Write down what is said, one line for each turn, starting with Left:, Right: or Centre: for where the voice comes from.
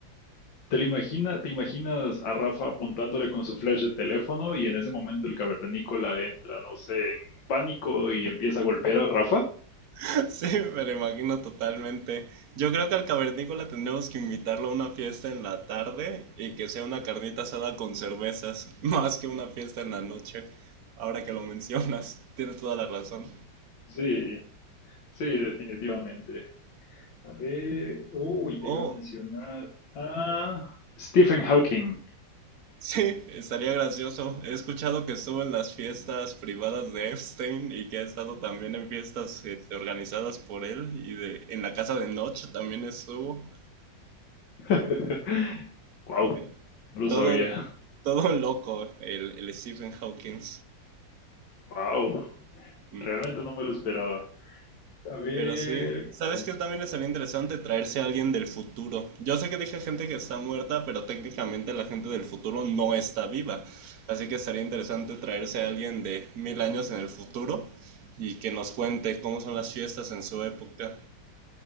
Left: ¿Te lo imagina, te imaginas a Rafa apuntándole con su flash de teléfono y en ese momento el cavernícola entra, no sé, en pánico y empieza a golpear a Rafa?
Right: <laughs> Sí, me lo imagino totalmente. Yo creo que al cavernícola tendremos que invitarlo a una fiesta en la tarde y que sea una carnita asada con cervezas, <laughs> más que una fiesta en la noche. Ahora que lo mencionas, tienes toda la razón.
Left: Sí, sí, definitivamente. A ver, uy, te
Right: O
Left: iba a mencionar a Stephen Hawking.
Right: Sí, estaría gracioso. He escuchado que estuvo en las fiestas privadas de Epstein y que ha estado también en fiestas este, organizadas por él y de, en la casa de Notch también estuvo.
Left: <laughs> Wow,
Right: eh.
Left: no lo
Right: Todo,
Left: sabía.
Right: todo un loco, el, el Stephen Hawking.
Left: Wow,
Right: Mm.
Left: realmente no me lo esperaba. A ver,
Right: Pero sí, ¿sabes
Left: ¿qué?
Right: qué también sería interesante traerse a alguien del futuro? Yo sé que dije gente que está muerta, pero técnicamente la gente del futuro no está viva. Así que sería interesante traerse a alguien de mil años en el futuro y que nos cuente cómo son las fiestas en su época.